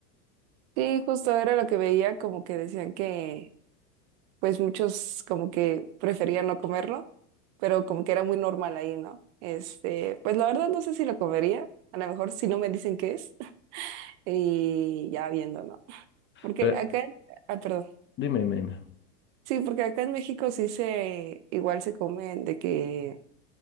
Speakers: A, on the right; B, on the left.
A: Sí, justo era lo que veía, como que decían que, pues muchos como que preferían no comerlo, pero como que era muy normal ahí, ¿no? Este, pues la verdad no sé si lo comería, a lo mejor si no me dicen qué es, <laughs> y ya viendo, ¿no? Porque
B: Pero
A: acá, ah, perdón.
B: dime, dime, dime.
A: Sí, porque acá en México sí se, igual se comen de que